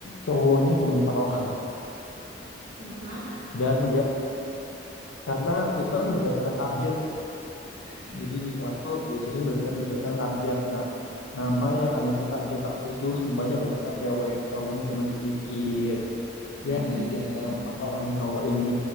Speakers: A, on the left (about 80°); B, on the right (about 80°).
A: cowoknya cuma empat orang
B: Loh, kenapa?
A: dan enggak karena itu kan berdasarkan abjad ya.
B: Mm-mm.
A: Jadi di kelas tuh disusun berdasarkan, berdasarkan abjad. Nah, nama yang ada di abjad aku itu semuanya banyaknya cewek, cowoknya cuma sedikit.
B: Mm,
A: Jadi di antara empat orang cowok ini